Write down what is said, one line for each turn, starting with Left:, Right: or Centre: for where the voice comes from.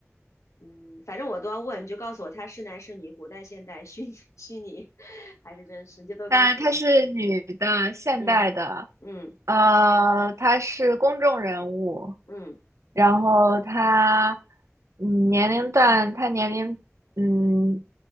Left: 嗯，反正我都要问，你就告诉我他是男是女，古代、现代、虚拟、虚拟还是真实，你就都告诉我。
Right: 呃，她是女的，现代的，
Left: 嗯嗯
Right: 呃，她是公众人物，
Left: 嗯，
Right: 然后她，嗯，年龄段，她年龄，嗯，